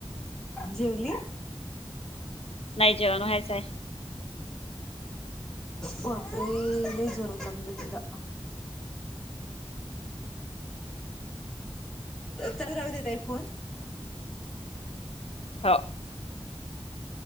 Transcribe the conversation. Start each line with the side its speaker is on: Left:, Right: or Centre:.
Centre: जेवली
Left: नाही जेवण व्हायचं
Centre: बापरे लय जोरात लागला तिला चालू राह देेता ई फोन
Left: हो